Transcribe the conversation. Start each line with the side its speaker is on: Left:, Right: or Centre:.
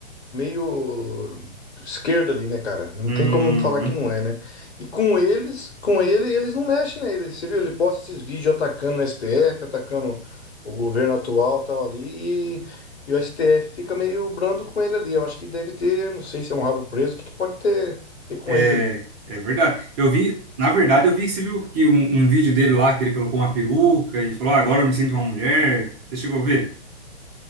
Left: meio esquerda ali, né, cara? Não
Right: Uhum.
Left: tem como falar que não é, né? E com eles, com ele, eles não mexem nele. Você viu? Ele posta esses vídeos atacando o STF, atacando o governo atual, tal ali, e, e o STF fica meio brando com ele ali. Eu acho que deve ter, não sei se é um rabo preso, o que que pode ter, ter com
Right: É,
Left: ele ali.
Right: é verdade. Eu vi, na verdade, eu vi que você viu que um, um vídeo dele lá que ele colocou uma peruca e falou, "Ah, agora eu me sinto uma mulher. Você chegou a ver?